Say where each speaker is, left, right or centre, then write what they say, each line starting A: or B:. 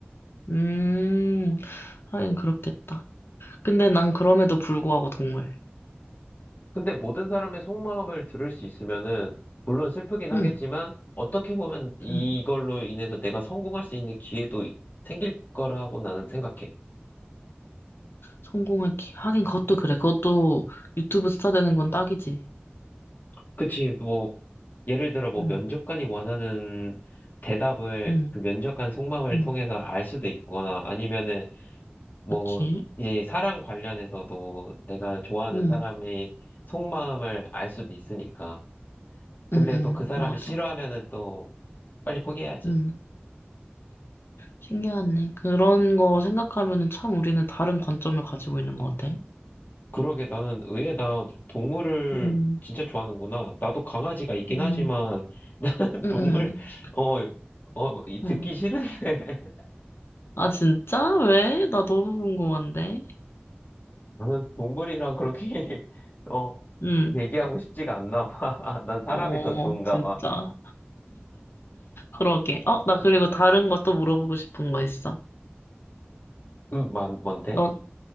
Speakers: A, on the left; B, on the left.
A: 음. 하긴 그렇겠다. 근데 난 그럼에도 불구하고 동물.
B: 근데 모든 사람의 속마음을 들을 수 있으면은, 물론 슬프긴
A: 응,
B: 하겠지만, 어떻게 보면 이걸로
A: 응.
B: 인해서 내가 성공할 수 있는 기회도 생길 거라고 나는 생각해.
A: 성공할 기, 하긴 그것도 그래. 그것도 유튜브 스타 되는 건 딱이지.
B: 그치, 뭐, 예를 들어, 뭐,
A: 응,
B: 면접관이 원하는 대답을
A: 응,
B: 그 면접관 속마음을
A: 응.
B: 통해서 알 수도 있거나, 아니면은, 뭐,
A: 그치?
B: 이제 사랑 관련해서도 내가 좋아하는
A: 응,
B: 사람의 속마음을 알 수도 있으니까. 근데
A: 응, 응.
B: 또 그 사람이
A: 맞아.
B: 싫어하면은 또 빨리 포기해야지.
A: 응. 신기하네. 그런 거 생각하면은 참 우리는 다른 관점을 가지고 있는 것 같아.
B: 그러게 나는 의외다. 동물을
A: 음,
B: 진짜 좋아하는구나. 나도 강아지가 있긴
A: 음,
B: 하지만 <laughs> 나는
A: 음,
B: 동물,
A: 음.
B: 어, 어, 이-
A: 어.
B: 듣기 싫은데. <laughs>
A: 아, 진짜? 왜? 나 너무 궁금한데.
B: 나는 동물이랑 그렇게, <laughs> 어,
A: 음,
B: 얘기하고 싶지가 않나 봐. <laughs> 난 사람이
A: 어,
B: 더 좋은가
A: 진짜.
B: 봐.
A: 그러게. 어, 나 그리고 다른 것도 물어보고 싶은 거 있어.
B: 음, 뭔- 뭔데?
A: 너,